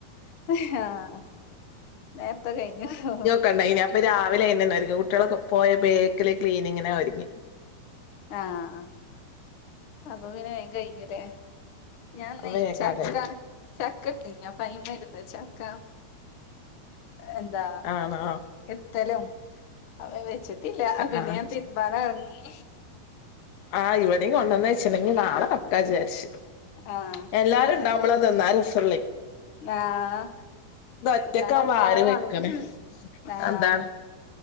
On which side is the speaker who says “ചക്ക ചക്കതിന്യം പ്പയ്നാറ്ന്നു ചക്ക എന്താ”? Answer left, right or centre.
Left